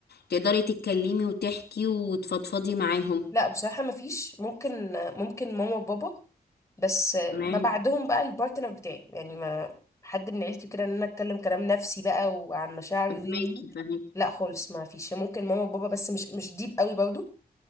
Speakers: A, on the left (about 75°); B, on the left (about 20°).
A: تقدري تتكلمي وتحكي وتفضفضي معاهم
B: لا بصراحه ما فيش ممكن ممكن ماما وبابا بس
A: تمام
B: ما بعدهم بقى البارتنر بتاعي يعني ما حد من عيلتي كده ان انا اتكلم كلام نفسي بقى وعن مشاعري
A: فهماكي
B: وي وي
A: فهماكي
B: لا خالص ما فيش ممكن ماما وبابا بس مش مش ديب قوي برضو